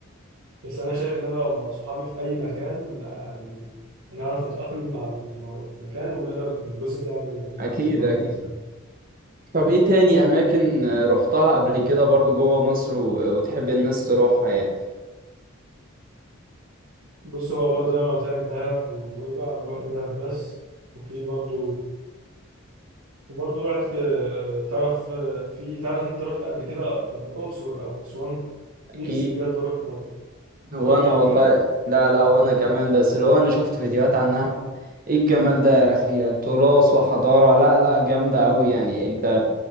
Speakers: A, on the right; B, on the right.
A: بس انا شايف ان انا لو مع صحابي في اي مكان يعني نعرف نتاقلم مع الم- مع المكان ونقدر نتبسط يعني
B: أكيد
A: زي ما
B: أكيد
A: احنا عايزين
B: طب إيه تاني أماكن آه، رحتها قبل كده برضو جوه مصر و... وتحب الناس تروحها يعني
A: بص هو برضه زي ما قلت لك دهب ونويبع انا رحت دهب بس وفي برضه وبرضه رحت آه، تعرف آه، في تعرف انت رحت قبل كده الاقصر او اسوان نفسي
B: أكيد
A: بجد اروح برضه
B: وأنا
A: رحت قبل
B: والله
A: كده
B: لا لا وأنا كمان بس لو أنا شفت فيديوهات عنها إيه الجمال ده يا أخي تراث وحضارة لا لا جامدة أوي يعني أنت